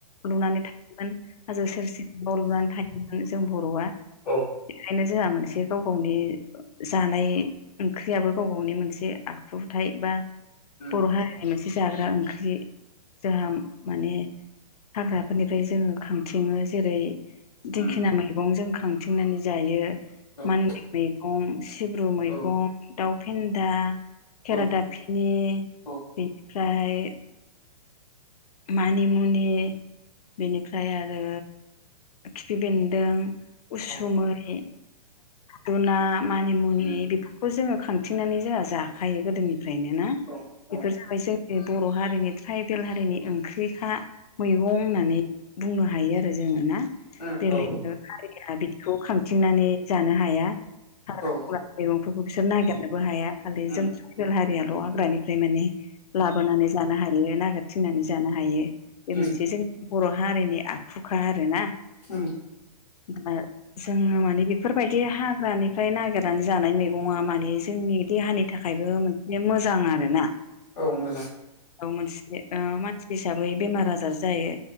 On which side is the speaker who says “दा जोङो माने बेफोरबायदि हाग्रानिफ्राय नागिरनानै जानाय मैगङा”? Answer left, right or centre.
Left